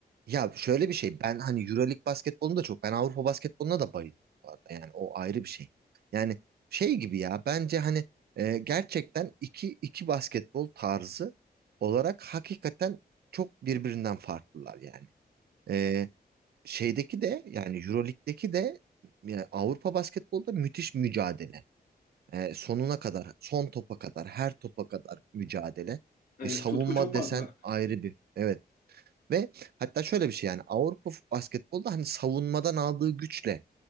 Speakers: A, on the right (about 70°); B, on the left (about 65°).
A: Ya şöyle bir şey ben hani EuroLeague basketbolunu da çok ben Avrupa basketboluna da bayılıyorum bu arada yani o ayrı bir şey. Yani şey gibi ya bence hani e, gerçekten iki iki basketbol tarzı olarak hakikaten çok birbirinden farklılar yani. Ee, şeydeki de yani Euroleague'deki de yani Avrupa basketbolda müthiş mücadele. Ee, sonuna kadar, son topa kadar, her topa kadar mücadele.
B: Evet
A: E, savunma
B: tutku çok
A: desen
B: fazla.
A: ayrı bir. Evet, ve hatta şöyle bir şey yani Avrupa basketbolda hani savunmadan aldığı güçle